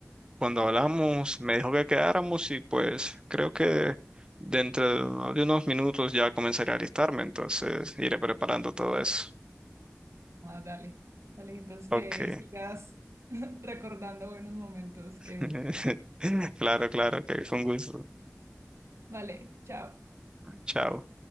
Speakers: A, on the right; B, on the right.
A: cuando hablamos me dijo que quedáramos y pues creo que dentro de unos minutos ya comenzaré a alistarme, entonces iré preparando todo eso.
B: Ah, dale, dale, entonces
A: Ok.
B: que sigas <laughs> recordando buenos momentos, Kevin.
A: <laughs> Claro, claro, que fue un gusto.
B: Vale, chao.
A: Chao.